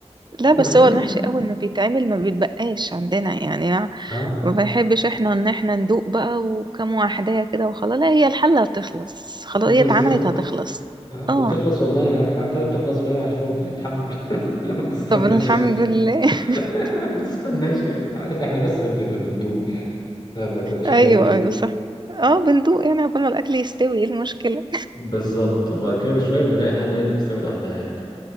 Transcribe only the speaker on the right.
لا
بس
هو المحشي
اول ما بيتعمل ما بيتبقاش عندنا يعني آه،
ما بنحبش احنا ان احنا ندوق بقى وكم واحدة كده وخلاص لا هي الحلة هتخلص خلاص
هي اتعملت هتخلص
اه
طب الحمد
لله <laughs>
ايوه
ايوه صح اه بندوق يعني عقبال ما الاكل يستوي ايه المشكله